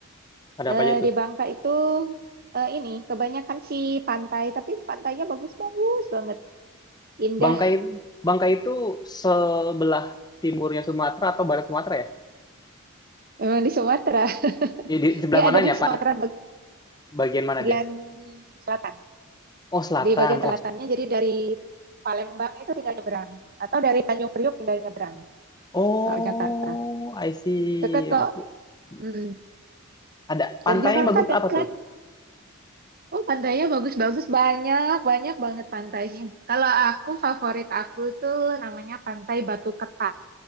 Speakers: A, on the left; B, on the right.
A: Ada
B: Eh,
A: apa aja tuh?
B: di Bangka itu eh, ini kebanyakan sih pantai, tapi pantainya bagus-bagus banget, indah.
A: Bangka itu, Bangka itu sebelah timurnya Sumatera atau barat Sumatera ya?
B: Memang di Sumatera. <laughs>
A: Di, di di sebelah
B: Dia
A: mananya,
B: ada di Sumatera
A: Pan? Bagian mana
B: bagian
A: dia?
B: selatan.
A: Oh, selatan.
B: Di bagian
A: Oh,
B: selatannya jadi dari Palembang itu tinggal nyebrang atau dari Tanjung Priok tinggal nyebrang
A: oh,
B: ke Jakarta.
A: I see.
B: Dekat kok.
A: Aku hmm.
B: Hmm.
A: ada pantainya
B: Dari Jakarta
A: bagus apa
B: dekat.
A: tuh?
B: Oh, pantainya bagus-bagus banyak, banyak banget pantainya. Kalau aku favorit aku tuh namanya Pantai Batu Ketak.